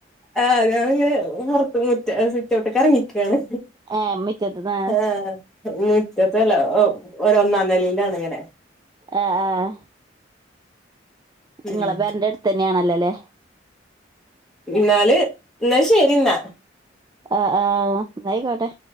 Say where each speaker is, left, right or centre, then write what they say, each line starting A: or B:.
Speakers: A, in the centre; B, on the right.
A: ആഹ് അത്ഞങ്ങനെ പൊറത്ത് മുറ്റ സ്വിറ്റ്ഔട്ട് ക ഇറങ്ങിക്കയാണ്
B: ഏ മുറ്റത്ത് നിന്ന്.
A: ആഹ് നൂറ്റത്തെല്ല ഒ ഒന്നാം നല്ലിലാണ് ഇങ്ങനെ
B: ആ ആഹ്
A: ഉം
B: ങ്ങളെ പേരന്റെ അടുത്തന്നെയാണല്ലോ ല്ലേ
A: ഇന്നാല് ഇന്നാ ശരിന്നാ
B: ആഹ് ആഹ് ന്നായിക്കട്ടെ